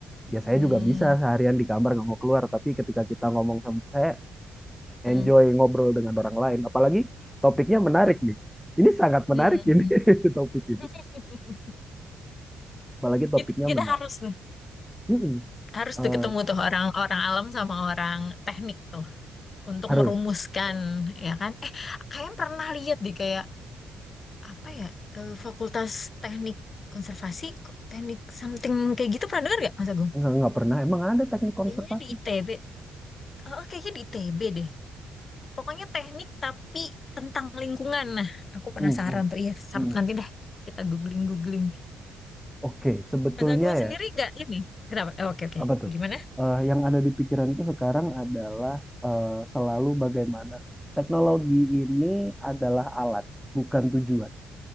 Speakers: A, in the centre; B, on the left (about 40°).
A: ya
B: Hmm.
A: saya juga bisa seharian di kamar nggak mau keluar tapi ketika kita ngomong sama saya
B: Hmm.
A: enjoy ngobrol dengan orang lain apalagi topiknya menarik
B: Hmm.
A: nih ini sangat menarik
B: Hmm.
A: ini <laughs> topik ini
B: <laughs>
A: apalagi topiknya
B: Kita, kita
A: menarik
B: harus tuh,
A: Mm-mm.
B: harus
A: Eh,
B: tuh ketemu tuh orang-orang alam sama orang teknik tuh untuk
A: harus
B: merumuskan ya kan? Eh, kalian pernah lihat deh kayak apa ya eh, Fakultas Teknik Konservasi kok teknik something kayak gitu pernah dengar gak Mas Agung?
A: nggak nggak pernah emang ada teknik
B: Kayaknya
A: konservasi
B: di ITB. Oh, kayaknya di ITB deh. Pokoknya teknik tapi tentang lingkungan. Nah, aku penasaran
A: Mm-mm.
B: tuh. Iya, sam-
A: Mm-mm.
B: nanti deh kita googling-googling.
A: oke sebetulnya
B: Mas Agung sendiri
A: ya
B: gak ini? Kenapa? Eh, oke, oke.
A: apa tuh?
B: Gimana?
A: Eh, yang ada di pikiranku sekarang adalah eh, selalu bagaimana teknologi ini adalah alat, bukan tujuan,